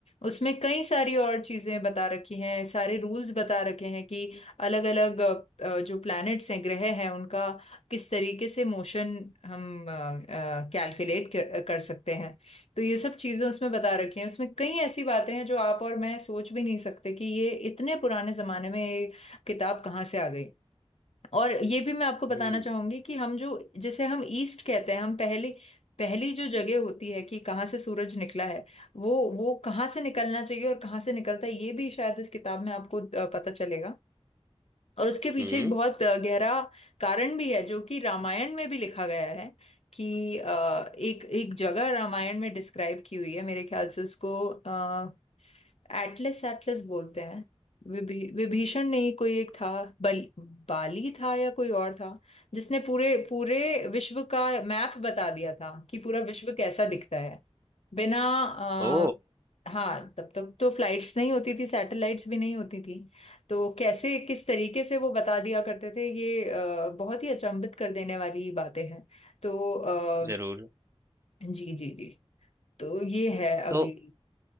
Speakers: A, on the left; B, on the right.
A: उसमें कई सारी और चीजें बता रखी हैं सारे रूल्स बता रखे हैं कि अलग अलग जो प्लैनेट्स हैं ग्रह हैं उनका किस तरीके से मोशन हम कैलकुलेट कर, कर सकते हैं तो ये सब चीजें उसमें बता रखी हैं उसमें कई ऐसी बातें हैं जो आप और मैं सोच भी नहीं सकते कि ये इतने पुराने जमाने में ये किताब कहाँ से आ गई और ये भी मैं आपको बताना
B: हम्म
A: चाहूंगी कि हम जो जैसे हम ईस्ट कहते हैं हम पहले पहली जो जगह होती है कि कहाँ से सूरज निकला है वो वो कहाँ से निकलना चाहिए और कहाँ से निकलता है ये भी शायद इस किताब में आपको अ, पता चलेगा और उसके पीछे
B: हम्म
A: एक बहुत अ, गहरा कारण भी है जो कि रामायण में भी लिखा गया है कि अ, एक एक जगह रामायण में डिस्क्राइब की हुई है मेरे ख्याल से उसको अ, एटलस एटलस बोलते हैं विभी विभीषण नहीं कोई एक था बल बाली था या कोई और था जिसने पूरे पूरे विश्व का मैप बता दिया था कि पूरा विश्व कैसा दिखता है बिना आ,
B: ओ
A: हाँ तब तक तो फ्लाइट्स नहीं होती थी सैटेलाइट्स भी नहीं होती थी तो कैसे किस तरीके से वो बता दिया करते थे ये अ, बहुत ही अचंभित कर देने वाली बातें हैं तो अ,
B: जरूर
A: जी जी जी तो ये है
B: तो
A: अभी